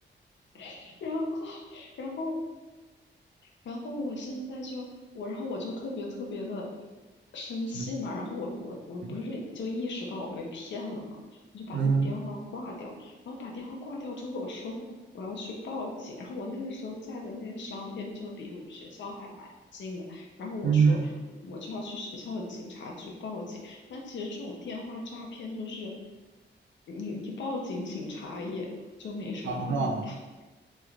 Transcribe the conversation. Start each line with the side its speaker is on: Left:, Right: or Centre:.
Left: <laughs> 然后，然后然后我现在就我，然后我就特别特别的生气嘛，
Right: 是 <laughs>
Left: 然后我我我不是就意识到我被骗了嘛，
Right: 嗯
Left: 我就把那电话挂掉，
Right: 嗯
Left: 然后把电话挂掉之后，我说我要去报警，然后我那个时候在的那个商店就离我们学校还蛮近的，然后我说我就要去学校的警察局报警，
Right: 嗯，
Left: 那其实这种电话诈骗就是你你报警，警察也就没什么办法。
Right: 搞不到
Left: <laughs>